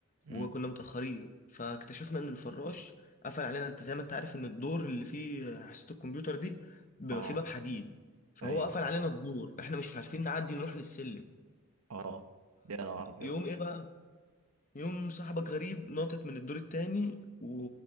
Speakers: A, on the right (about 85°); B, on the left (about 35°).
A: امم
B: وكنا متاخرين فاكتشفنا ان الفراش قفل علينا انت زي ما انت عارف ان الدور اللي فيه حصه الكمبيوتر دي بيبقى
A: اه
B: فيه باب حديد فهو
A: ايوه
B: قفل علينا الدور احنا مش عارفين نعدي نروح للسلم
A: اه ده انا ابيض
B: فيوم ايه بقى يوم صاحبك غريب ناطط من الدور التاني و...